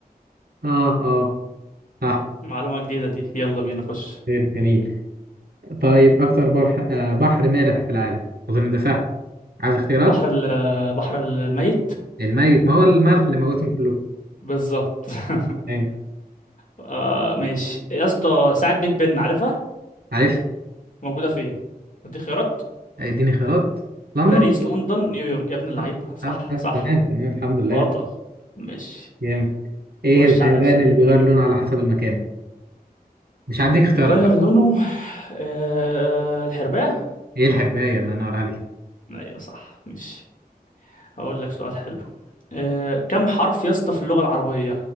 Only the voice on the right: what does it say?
اه اه صح
حلو، جميل طيب اكتر بحر آه بحر مالح في العالم اظن ده سهل عايز اختيارات
الميت ما هو الملح اللي موتهم كلهم
تمام
عارف
اديني خيارات لندن
اه
اه آه،
تمام تمام الحمد لله
جامد ايه
الحيوان
اللي بيغير لونه على حسب المكان مش هديك اختيارات
ايه الحرباية الله ينور عليك